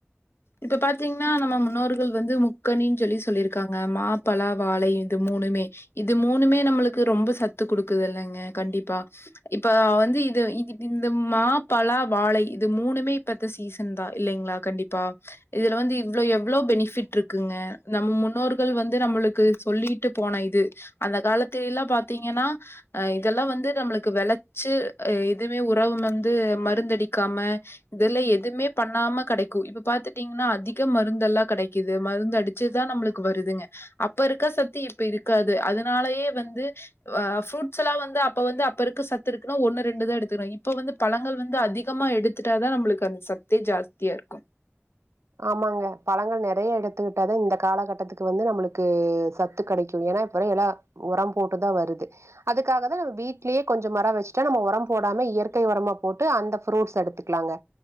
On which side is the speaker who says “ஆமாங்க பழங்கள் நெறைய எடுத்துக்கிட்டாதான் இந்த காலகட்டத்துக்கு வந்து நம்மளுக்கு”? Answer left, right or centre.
Right